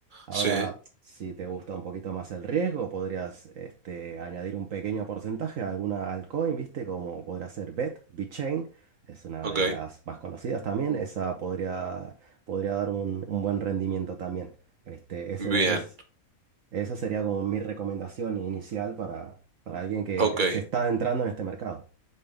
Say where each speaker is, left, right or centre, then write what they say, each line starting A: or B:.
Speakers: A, on the right; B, on the right.
A: Ahora,
B: sí,
A: si te gusta un poquito más el riesgo, podrías este, añadir un pequeño porcentaje a alguna altcoin, ¿viste? Como podría ser BET, BitChain, es una
B: ok,
A: de las más conocidas también. Esa podría, podría dar un, un buen rendimiento también. Este, ese
B: bien,
A: es. Esa sería como mi recomendación inicial para, para alguien que
B: ok.
A: se está adentrando en este mercado.